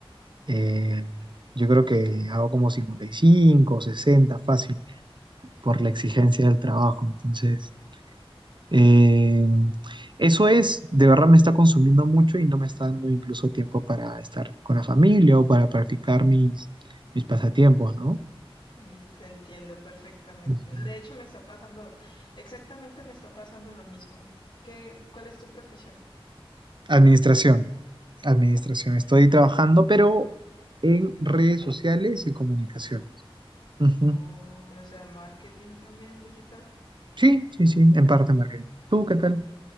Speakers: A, on the right; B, on the left.
A: eh, yo creo que hago como 55, 60, fácil por la exigencia del trabajo. Entonces... Eh, eso es, de verdad me está consumiendo mucho y no me está dando incluso tiempo para estar con la familia o para practicar mis, mis pasatiempos, ¿no?
B: Uy, te entiendo perfectamente.
A: Ujú.
B: De hecho, me está pasando, exactamente me está pasando lo mismo. ¿Qué, cuál es tu profesión?
A: Administración, administración. Estoy trabajando, pero en redes
B: Ujú.
A: sociales y comunicaciones. Ujú.
B: Oh, o sea, marketing también digital.
A: Sí, sí, sí, en parte marketing. ¿Tú qué tal?